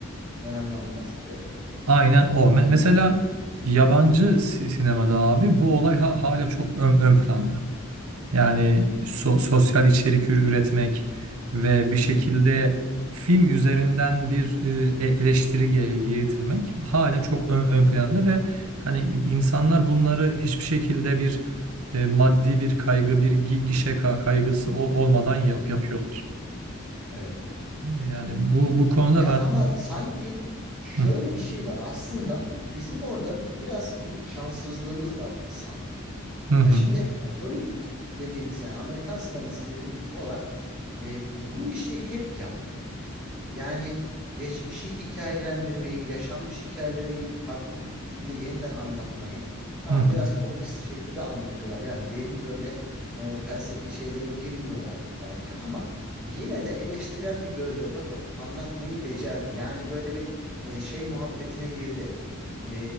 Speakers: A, in the centre; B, on the right.
A: dönemden bahsediyor evet.
B: Aynen o. Me- mesela yabancı si- sinemada abi bu olay ha- hala çok ön, ön planda. Yani
A: Hı hı.
B: so- sosyal içerik ür- üretmek ve bir şekilde
A: Hı hı.
B: film üzerinden bir e, e- eleştiri ge- getirmek hala çok ön, ön
A: Evet.
B: planda ve hani in- insanlar bunları hiçbir şekilde bir e, maddi bir kaygı, bir gi- gişe ka- kaygısı ol- olmadan yap
A: Hı hı.
B: yapıyorlar.
A: Evet.
B: Yani bu bu konuda
A: Ya
B: ben
A: ama sanki şöyle
B: Hı
A: bir şey var. Aslında bizim orada biraz bir şanssızlığımız var sanki.
B: hı hı
A: Ya şimdi Hollywood dediğimiz yani Amerikan sineması dediğimiz olay e, bu işi hep yaptı. Yani geçmişi hikayelendirmeyi, yaşanmış hikayeleri y- farklı bir dilde yeniden anlatmayı, tamam
B: hı hı.
A: biraz popülist şekilde anlatıyorlar. Yani derin böyle e, felsefi şeylere girmiyorlar belki ama yine de eleştirel bir gözle bakıp anlatmayı becerdi. Yani böyle bir e, şey muhabbetine girdi. E,